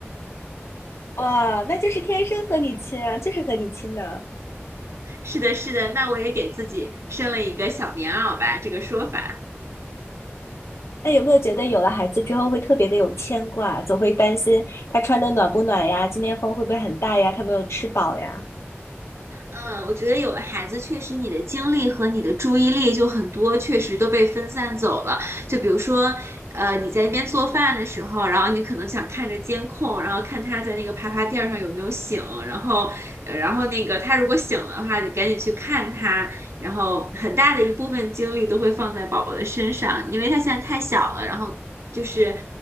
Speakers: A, on the left (about 80°); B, on the right (about 80°).
A: <laughs> 哇，那就是天生和你亲啊，就是和你亲的。
B: 是的，是的，那我也给自己生了一个小棉袄吧，这个说法。
A: 那有没有觉得有了孩子之后会特别的有牵挂，总会担心他穿的暖不暖呀，今天风会不会很大呀，他没有吃饱呀？
B: 嗯，我觉得有了孩子，确实你的精力和你的注意力就很多，确实都被分散走了。就比如说，呃，你在那边做饭的时候，然后你可能想看着监控，然后看他在那个爬爬垫儿上有没有醒，然后，呃然后那个他如果醒了的话，得赶紧去看他。然后很大的一部分精力都会放在宝宝的身上，因为他现在太小了，然后就是，